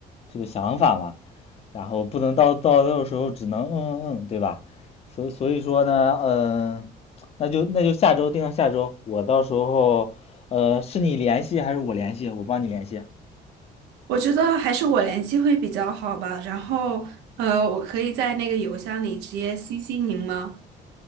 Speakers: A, on the left; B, on the right.
A: 这个想法嘛，然后不能到到到时候只能嗯嗯嗯，对吧？所以所以说呢，嗯、那就那就下周定到下周，我到时候呃是你联系还是我联系？我帮你联系。
B: 我觉得还是我联系会比较好吧。然后，呃，我可以在那个邮箱里直接 CC 您吗？